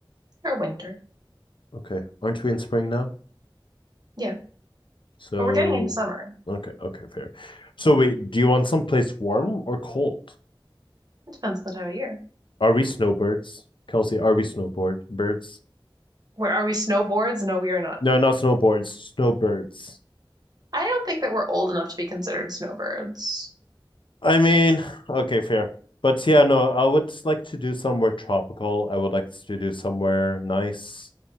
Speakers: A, on the right (about 50°); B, on the left (about 70°).
A: or winter.
B: Okay. Aren't we in spring now?
A: Yeah,
B: So,
A: but we're getting into summer.
B: okay. Okay. Fair. So, wait, do you want someplace warm or cold?
A: It depends on the time of year.
B: Are we snowbirds? Kelsey, are we snowboard birds?
A: Where are we snowboards? No, we are not.
B: No, not snowboards, snowbirds.
A: I don't think that we're old enough to be considered snowbirds.
B: I mean, okay, fair. But yeah, no, I would like to do somewhere tropical. I would like to do somewhere nice.